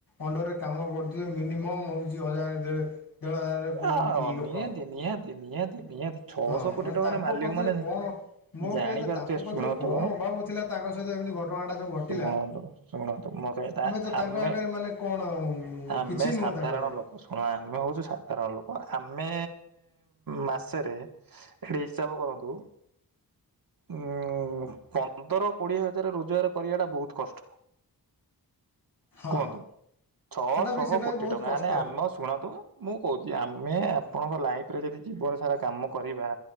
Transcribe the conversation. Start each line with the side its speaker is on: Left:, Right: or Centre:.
Left: ଅଣ୍ଡରରେ କାମ କରୁିବେ ମିନିମମ ହଉଚି ହଜାର ଦେ ଦେଳ ହଜାରଥିଲି
Right: ଆ
Left: ଲୋକ।
Right: ନିହାତି ନିହାତି ନିହାତି ନିହାତି ଛଅଶହ
Left: ହଁ
Right: କୋଟି
Left: ମାନେ
Right: ଟଙ୍କାର
Left: ତାଙ୍କ
Right: ମାଲିକ
Left: କତିରେ
Right: ମାନେ
Left: କଣ ମୋ
Right: ଜାଣିପାରୁଥିବେ
Left: କହିବା ତାଙ୍କ କତିରେ
Right: ଶୁଣନ୍ତୁ
Left: କଣ ଅଭାବ ଥିଲା ତାଙ୍କ ସହିତ ଏମିତି ଘଟଣାଟା ଯେଉଁ ଘଟିଲା।
Right: ଶୁଣନ୍ତୁ ଶୁଣନ୍ତୁ। ମୋ କହିବାକଥା
Left: ତ ତାଙ୍କ
Right: ଆମେ
Left: ଆଗରେ ମାନେ କଣ
Right: ଆମେ
Left: କିଛି ନୁହଁ
Right: ସାଧାରଣ
Left: ତାଙ୍କ ଆଗରେ।
Right: ଲୋକ ଶୁଣ ଆମେ ହଉଛୁ ସାଧାରଣ ଆମେ ମାସରେ ଏଟି ହିସାବ କରନ୍ତୁ ଉଁ ପନ୍ଦର କୋଡିଏ ହଜାର ରୋଜଗାର କରିବା ଟା ବହୁତ କଷ୍ଟ।
Left: ହଁ।
Right: କୁହନ୍ତୁ। ଛଅଶହ
Left: ସେଟା ବି ସେଟା
Right: କୋଟି
Left: ବି ବହୁତ
Right: ଟଙ୍କା
Left: କଷ୍ଟରେ।
Right: ନ ଆମେ ଶୁଣନ୍ତୁ ମୁଁ କହୁଛି ଆମେ ଆପଣଙ୍କ ଲାଇଫ ରେ ଯଦି ଜୀବନ ସାରା କାମ କରିବା